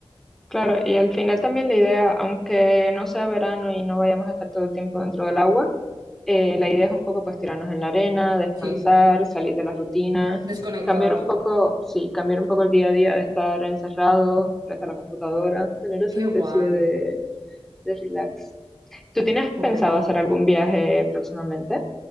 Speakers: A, in the centre; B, on the right.
A: Claro, y al final también la idea, aunque no sea verano y no vayamos a estar todo el tiempo dentro del agua, eh, la idea es un poco pues tirarnos en la arena, descansar,
B: sí,
A: salir de la rutina,
B: desconectar.
A: cambiar un poco, sí, cambiar un poco el día a día de estar encerrado frente a la computadora, tener esa
B: Qué
A: especie
B: guay.
A: de, de relax. ¿Tú tienes
B: Jope.
A: pensado hacer algún viaje próximamente?